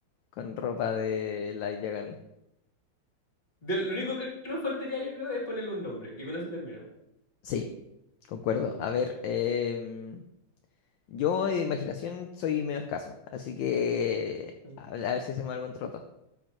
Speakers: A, on the left; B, on the left.
A: con ropa de Light Yagami.
B: De- lo único que nos faltaría, yo creo, es ponerle un nombre. Y con eso terminamos.
A: Sí, concuerdo. A ver, em, yo de imaginación soy medio escaso, así que
B: Mm,
A: a, a ver si hacemos algo en troto.